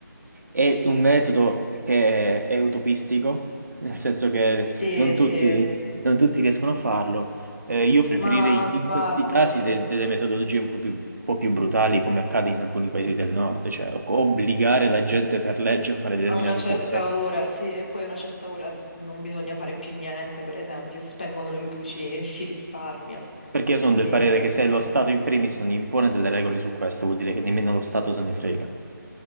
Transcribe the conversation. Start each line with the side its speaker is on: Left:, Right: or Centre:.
Right: È un metodo che è utopistico, <laughs> nel senso che
Left: Sì,
Right: non
Left: sì,
Right: tutti, non tutti riescono a farlo. Eh, io preferirei
Left: ma a
Right: in
Left: parte,
Right: questi casi
Left: sì, a
Right: de- delle metodologie un po' più, un po' più brutali, come accade in alcuni paesi del nord, cioè o- obbligare la gente per legge a fare determinate
Left: una certa
Right: cose.
Left: ora, sì, e poi a una certa ora non bisogna fare più niente, per esempio, spengono le luci, <laughs> si risparmia.
Right: Perché io sono del
Left: E,
Right: parere che se
Left: sì.
Right: lo Stato in primis non impone delle regole su questo, vuol dire che nemmeno lo Stato se ne frega.